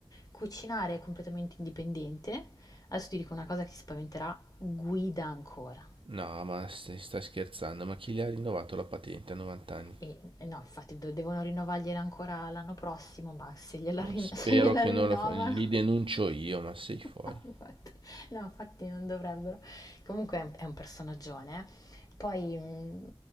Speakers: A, on the left; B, on the right.
A: Cucinare è completamente indipendente. Adesso ti dico una cosa che ti spaventerà: guida ancora.
B: No, ma stai, stai scherzando, ma chi le ha rinnovato la patente a 90 anni?
A: E e no, infatti do devono rinnovargliela ancora l'anno prossimo, ma se gliela
B: Ma
A: rin
B: spero
A: <laughs> se gliela
B: che
A: rinnovano
B: non lo fa, li denuncio io, ma sei fuori.
A: <laughs> No, Infatti- No, infatti non dovrebbero. Comunque è un, è un personaggione. Poi, mh,